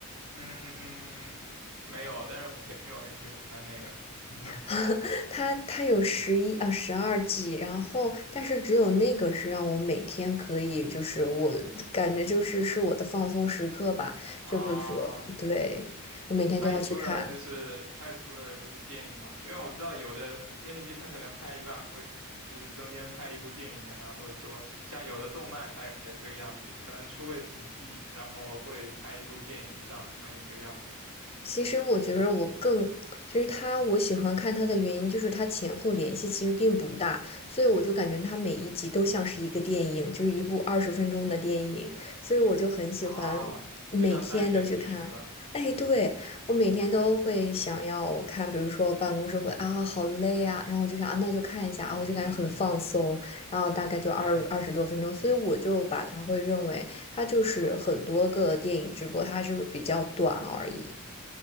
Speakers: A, on the right; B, on the left.
A: 嗯，没有，但是我前女友很喜欢那个 <laughs>
B: <laughs> 它它有十一啊十二季，然后但是只有那个是让我每天可以，就是我感觉就是是我的放松时刻吧，
A: 啊，
B: 就比如说对我每天都要去看。
A: 她也出了，就是她也出了就是电影嘛，因为我知道有的电视剧它可能拍一半会就是中间拍一部电影啊，或者说像有的动漫它也是这个样子，可能出个几季，然后会拍一部电影上映这个样子
B: 其实我觉得我更，其实他我喜欢看他的原因就是他前后联系其实并不大，所以我就感觉他每一集都像是一个电影，就是一部二十分钟的电影，所以我就很喜欢每天都去看。
A: 啊，就像单元剧是吧？
B: 哎，对，我每天都会想要看，比如说办公室会啊，好累啊，然后我就想啊，那就看一下啊，
A: <laughs>
B: 我就感觉很放松，然后大概就二二十多分钟，
A: 对。
B: 所以我就把它会认为它就是很多个电影直播，它就是比较短而已。